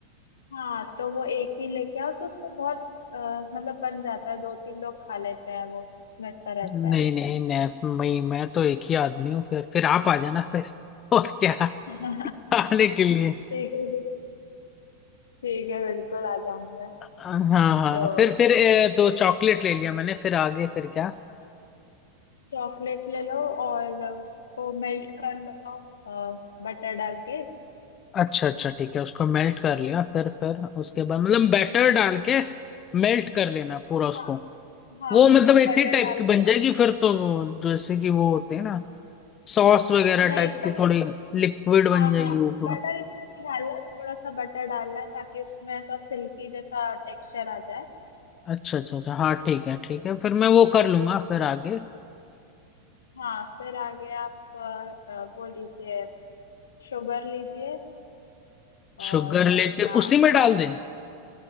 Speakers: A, on the left (about 65°); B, on the left (about 25°).
A: हाँ तो वो एक ही लेके आओ तो उसमें बहुत अ, मतलब बन जाता है दो तीन लोग खा लेते हैं वो उसमें इतना रहता
B: नहीं
A: है
B: नहीं नहीं मैं मैं तो एक ही आदमी हूँ फिर फिर आप आ जाना फिर <laughs> और क्या
A: <laughs>
B: खाने के लिए
A: ठीक है ठीक है बिल्कुल आ जाऊंगी मैं
B: हाँ हाँ
A: तो
B: फिर फिर ए, तो चॉकलेट ले लिया मैंने फिर आगे फिर क्या
A: चॉकलेट ले लो और उसको मेल्ट कर लो बटर डाल के
B: अच्छा अच्छा ठीक है उसको मेल्ट कर लिया फिर फिर उसके बाद मतलब बैटर डाल के मेल्ट कर लेना पूरा उसको
A: हाँ हाँ
B: वो मतलब इतनी
A: बटर
B: टाइप
A: डाल
B: की
A: के
B: बन जाएगी फिर तो वो जैसे कि वो होते हैं ना सॉस वगैरह
A: नहीं
B: टाइप
A: इतना
B: की
A: बट
B: थोड़ी लिक्विड बन
A: हाँ
B: जाएगी
A: हाँ
B: वो पूरा
A: बटर इतना नहीं डालना थोड़ा सा बटर डालना है ताकि उसमें ऐसा सिल्की जैसा टेक्सचर आ जाए
B: अच्छा अच्छा अच्छा हाँ ठीक है ठीक है फिर मैं वो कर लूंगा फिर आगे
A: हाँ फिर आगे आप अ, अ, वो लीजिए शुगर लीजिए और
B: शुगर लेके
A: अपना
B: उसी में
A: अ,
B: डाल दें